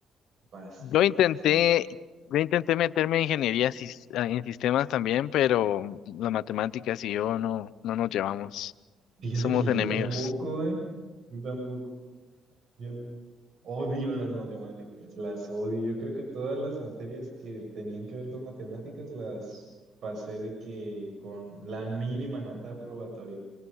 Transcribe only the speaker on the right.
Bastante
pesado.
Fíjate
que
yo tampoco, ¿eh? Yo tampoco. Yo odio las matemáticas, las odio. Yo creo que todas las materias que tenían que ver con matemáticas las pasé de que con la mínima nota aprobatoria.